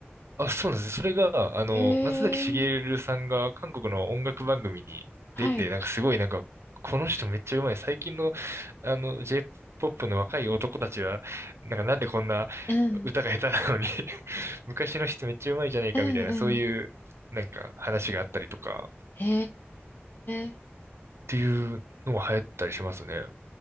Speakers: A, on the right; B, on the left.
A: あ、そうなんですね。それが、あの、
B: へえ、
A: 松崎しげるさんが韓国の音楽番組に出て、
B: はい。
A: なんかすごいなんか、この人めっちゃうまい。最近の、あの、J-POP の若い男たちは、なんかなんでこんな
B: うん、
A: 歌が下手なのに <laughs> 昔の人めっちゃうまいじゃねえかみたいな、
B: うんうん。
A: そういう、なんか話があったりとか、っ
B: へえ、
A: ていうのも流行ったりしますね。